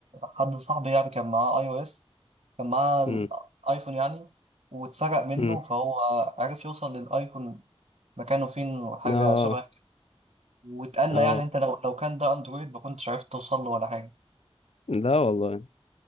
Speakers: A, on the right; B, on the left.
A: حد صاحبي يعني كان معاه اي او اس كان معاه
B: امم
A: الايفون يعني واتسرق منه
B: امم
A: فهو عرف يوصل للايفون مكانه فين وحاجة
B: اه
A: شبه واتقال
B: اه
A: لي يعني انت لو لو كان ده اندرويد ما كنتش عرفت توصل له ولا حاجه
B: لا والله